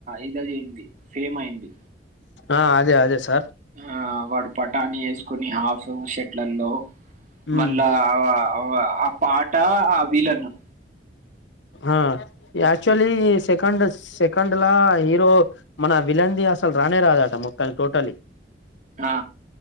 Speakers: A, on the right (about 45°); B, on the left (about 85°).
A: ఇదయింది సేమ్ అయింది
B: ఆ అదే అదే సార్
A: ఆ వాడు పటాని ఎస్ కొన్ని హాఫ్ <unintelligible> షెట్లలో మళ్ళా
B: ఉమ్
A: ఆ ఆ పాటా ఆ విలను
B: ఆ యాక్చువలీ సెకండ్ వస్ సెకండ్ లా హీరో మన విలంది అసలు రానే రాదట మొత్తానికి టోటలీ
A: ఆ